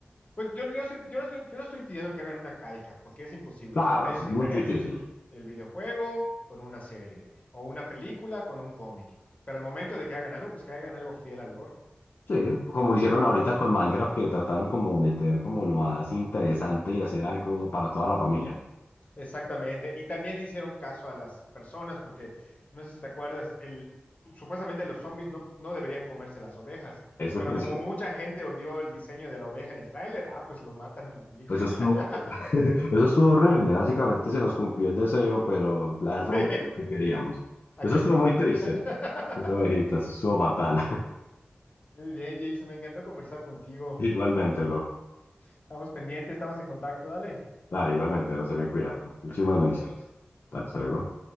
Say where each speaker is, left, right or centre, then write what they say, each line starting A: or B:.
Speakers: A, on the left; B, on the left.
A: pues yo, yo, soy- yo, no estoy, yo no estoy pidiendo que hagan una calca, porque es imposible,
B: claro,
A: son medios
B: es muy
A: diferentes,
B: difícil.
A: el videojuego con una serie, o una película con un cómic, pero al momento de que hagan algo, pues que hagan algo fiel al
B: Sí, como hicieron ahorita con Minecraft, que trataron como de meter como lo más interesante y hacer algo para toda la familia.
A: Exactamente. Y también le hicieron caso a las personas, porque no sé si te acuerdas, el, supuestamente los zombies no, no deberían comerse las ovejas,
B: Eso
A: pero
B: fue,
A: como mucha gente odió el diseño de la oveja en el tráiler, ah, pues lo matan en la película.
B: eso estuvo,
A: <laughs>
B: <laughs> eso estuvo horrible. Básicamente se nos cumplió el deseo, pero la verdad
A: Sí,
B: no es lo que queríamos.
A: ¿a
B: Eso
A: qué
B: estuvo
A: costo?
B: muy triste.
A: <laughs>
B: Una ovejita, eso estuvo fatal. <laughs>
A: Muy bien, Jason, me encantó conversar contigo.
B: Igualmente, bro.
A: Estamos pendientes, estamos en contacto, dale.
B: Dale, igualmente, bro. Se me cuida. Muchísimas
A: Hasta
B: bendiciones.
A: luego.
B: Dale, hasta luego.